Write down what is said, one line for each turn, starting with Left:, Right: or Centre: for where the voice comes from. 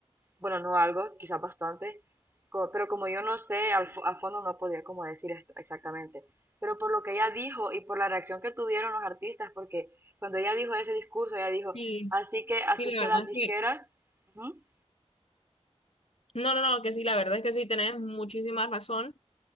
Right: bueno, no algo, quizás bastante, co- pero como yo no sé, al fo- a fondo no podía como decir esto exactamente, pero por lo que ella dijo y por la reacción que tuvieron los artistas, porque cuando ella dijo ese discurso, ella dijo,
Left: sí,
Right: así que, así
Left: sí, la
Right: que las
Left: verdad es
Right: disqueras,
Left: que,
Right: ujú,
Left: no, no, no, que sí, la verdad es que sí, tenés muchísima razón.